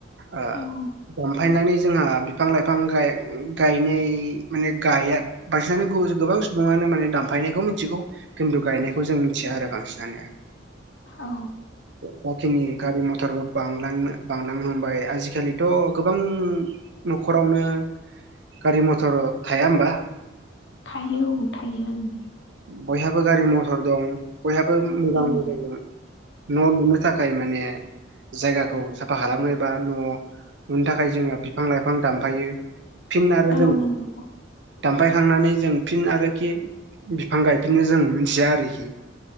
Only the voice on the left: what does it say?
औ
औ।
थायो औ थायो ओं
ओं
औ
औ नंगौ